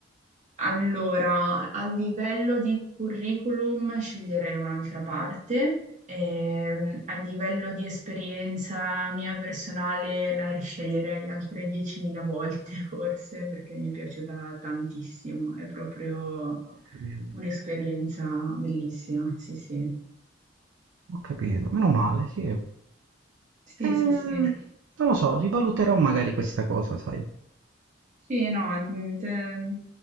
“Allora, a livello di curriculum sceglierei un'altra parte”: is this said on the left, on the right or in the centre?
Right